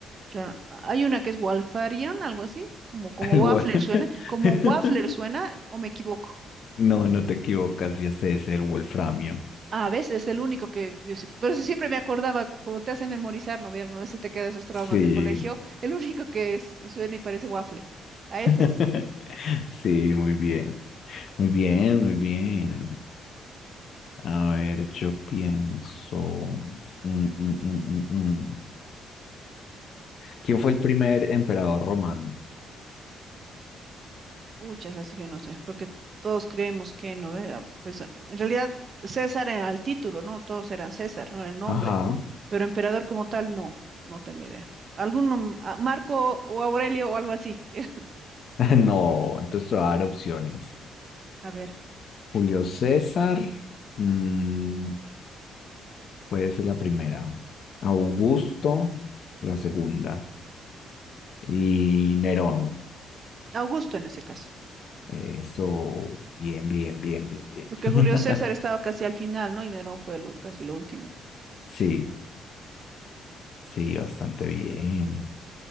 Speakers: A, on the right (about 45°); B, on the left (about 60°).
A: rara. Hay una que es Walfarion, algo así, como, como
B: <laughs> El
A: Waffler
B: wo- <laughs>
A: suena, <laughs> como Waffler suena, o me equivoco.
B: No, no te equivocas, y ese es el wolframio.
A: A veces es el único que, yo sí- pero sí siempre me acordaba, como te hacen memorizar, ¿no? Ve, Alguna vez se te quedan esos traumas
B: Sí.
A: de colegio, el único que es- suena y parece waffle. A
B: <laughs>
A: ese es.
B: Sí, muy bien. Muy bien, muy bien. A ver, yo pienso. mm, mm, mm, mm, mm. ¿Quién fue el primer emperador romano?
A: Muchas, así que no sé, porque todos creemos que no era, pues a- en realidad César era el título, ¿no? Todos eran César, no era el nombre,
B: Ajá.
A: pero emperador como tal, no, no tengo idea. Algún nom- a- Marco o Aurelio o algo así. <laughs>
B: <laughs> No, entonces te voy a dar opciones.
A: A ver,
B: Julio César, mm, puede ser la primera. Augusto, la segunda. Y Nerón.
A: Augusto en ese caso,
B: Eso, bien, bien, bien, bien, bien.
A: porque
B: <laughs>
A: Julio César estaba casi al final, ¿no? Y Nerón fue lo, casi lo último.
B: Sí, sí, bastante bien.